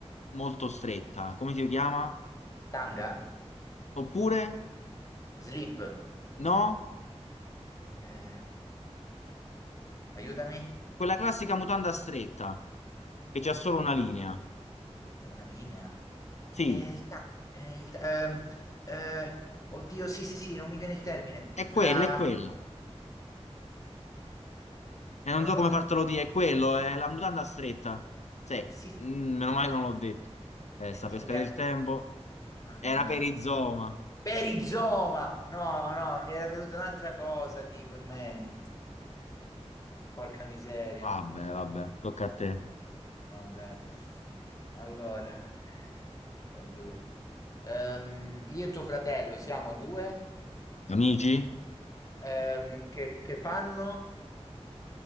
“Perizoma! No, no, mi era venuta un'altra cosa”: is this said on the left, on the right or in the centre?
Left